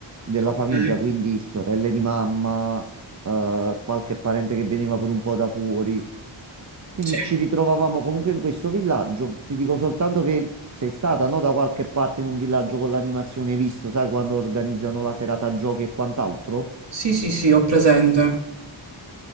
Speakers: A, on the right (about 35°); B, on the right (about 60°).
A: della
B: ok,
A: famiglia, quindi sorelle di mamma, eh, qualche parente che veniva pure un po' da fuori. Quindi
B: sì,
A: ci ritrovavamo comunque in questo villaggio. Ti dico soltanto che sei stata, no, da qualche parte in un villaggio con l'animazione, hai visto, sai, quando organizzano la serata giochi e quant'altro?
B: sì, sì, sì, ho presente.